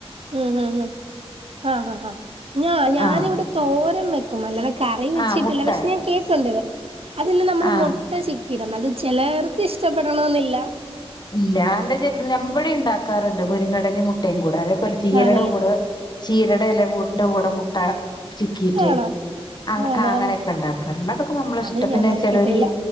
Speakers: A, on the right; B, on the left.
A: ഉം ഹ ആ് ഹ ഞാ ഞാനിവിടെ
B: ആ
A: തോരം വെ ക്കും അല്ലാതെ കറി വെച്ചിട്ടില്ല
B: ആ മുട്ട
A: പക്ഷെ ഞാൻ കേട്ടുണ്ട് ഇത് അതിെ നമ്മള്
B: ആ
A: മുട്ട ഇട അത് ചെലർക്ക് ഇഷ്ടപ്പെടണമെന്നില്ല.
B: ഇല്ല നല്ല ചെ ഞമ്മുടെ ഉണ്ടാക്കാറുണ്ട് മുരുങ്ങടലും മുട്ടയും കൂടെ അത ല ചീരയുടെ
A: ആണല്ലേ
B: കൂടെ ചീരയുടെ എല്ല കൂടിന്റെ കൂടെ മുട്ട ചിക്കിയിട്ട്
A: ആണോ
B: അ
A: ആണോ
B: അങ്ങനെയൊക്കെ ഉണ്ടാക്കാറുണ്ട് അതൊക്കെ നമ്മളിഷ്ടം
A: അത് ഞാൻ
B: പിന്നെ
A: നോക്കിയിട്ടില്ല
B: ചെലര്